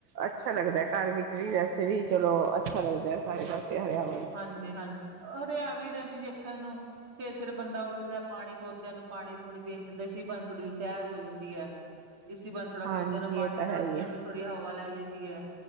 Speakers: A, on the right; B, on the right.
A: ਅੱਛਾ ਲੱਗਦਾ ਘਰ ਵਿੱਚ ਵੀ ਵੈਸੇ ਵੀ ਚਲੋ ਅੱਛਾ ਲੱਗਦਾ ਐ। ਸਾਰੇ ਪਾਸੇ ਹਰਿਆਵ
B: ਹਾਂਜੀ ਹਾਂਜੀ ਹਰਿਆਵਲੀ ਰਹਿੰਦੀ ਦੇਖਣ ਨੂੰ ਸਵੇਰੇ ਸਵੇਰੇ ਬੰਦਾ ਉੱਠਦਾ ਪਾਣੀ ਪੌਦਿਆਂ ਨੂੰ ਪਾਣੀ ਪੂਣੀ ਦੇਣ ਜਾਂਦਾ। ਇਸੀ ਬਾਨੇ ਥੋੜ੍ਹੀ ਜਹੀ ਸੈਰ ਹੋ ਜਾਂਦੀ ਐ। ਇਸੀ ਬਾਨੇ ਥੋੜ੍ਹਾ
A: ਹਾਂਜੀ
B: ਪੌਦਿਆਂ ਦਾ ਪਾਣੀ
A: ਇਹ ਤਾਂ ਹੈ
B: ਦਸ
A: ਹੀ ਹੈ
B: ਮਿੰਟ ਥੋੜ੍ਹੀ ਹਵਾ ਲੈ ਲਈਦੀ ਐ।